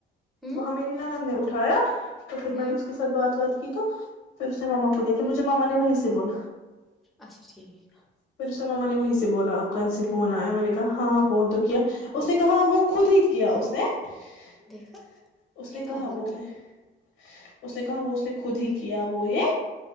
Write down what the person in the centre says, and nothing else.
ہاں
ہ ہ
اچھا ٹھیک
دیکھا
یہ کہاں
بولتی